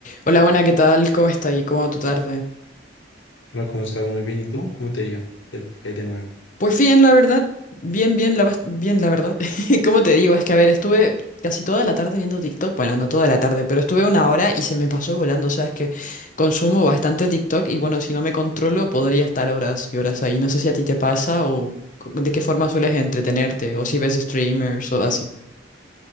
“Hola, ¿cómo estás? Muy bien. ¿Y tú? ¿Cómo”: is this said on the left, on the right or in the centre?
Left